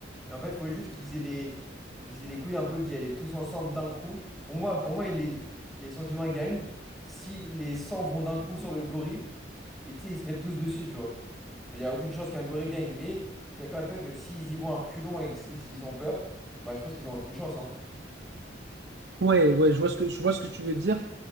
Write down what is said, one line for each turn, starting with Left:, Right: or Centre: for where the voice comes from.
Centre: Et en fait, faut juste qu'ils aient les, faut qu'ils aient les couilles un peu d'y aller tous ensemble d'un coup. Pour moi, pour moi, les, les sens humains gagnent si les 100 vont d'un coup sur le gorille. Et tu sais, ils se mettent tous dessus, tu vois. Il n'y a aucune chance qu'un gorille gagne, mais je suis d'accord avec toi que s'ils y vont à reculons et que s- s'ils ont peur, bah je pense qu'ils ont aucune chance, hein.
Right: Ouais, ouais, je vois ce que, je vois ce que tu veux dire.